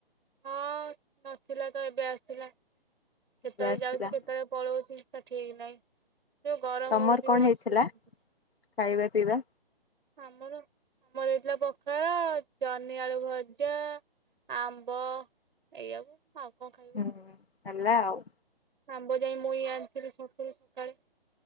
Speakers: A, on the right (about 55°); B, on the left (about 75°).
A: ହଁ ନଥିଲାତ ଏବେ ଆସିଲା କେତେବେଳେ
B: ଏବେ ଆସିଲା
A: ଯାଉଚି କେତେବେଳେ ପଳଉଚି। ତା ଠିକି ନାଇଁ ଯୋଉ ଗରମ
B: ତମର
A: ହଉଚି
B: କଣ
A: ବସି
B: ହେଇଥିଲା
A: ହୋଉନାଇ।
B: ଖାଇବା ପିଇବା
A: ଆମର ଆମର ହେଇଥିଲା ପଖାଳ ଜନ୍ନି ଆଳୁ ଭଜା ଆମ୍ବ ଏଇଆଉ ଆଉ କଣ ଖାଇବୁ।
B: ହୁଁ ହେଲା ଆଉ।
A: ଆମ୍ବ ଯାଇ ମୁଇ ଆଣିଥିଲି ଛକୁରୁ ସକାଳେ।